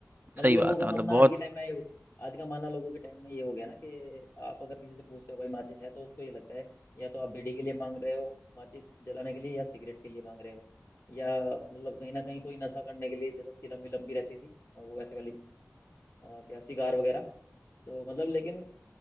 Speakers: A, on the left (about 55°); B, on the right (about 35°).
A: मतलब
B: सही
A: लोगों
B: बात
A: का
B: है
A: मानना
B: मतलब बहुत
A: आज के टाइम में ये- आज का मानना लोगों के टाइम में ये हो गया ना कि आप अगर किसी से पूछते हो भाई माचिस है तो उसको ये लगता है या तो आप बीड़ी के लिए मांग रहे हो माचिस जलाने के लिए या सिगरेट के लिए मांग रहे हो या मतलब कहीं ना कहीं कोई नशा करने के लिए जैसे चिलम विलम भी रहती थी वो वैसे वाली अ, क्या सिगार वगैरह तो मतलब लेकिन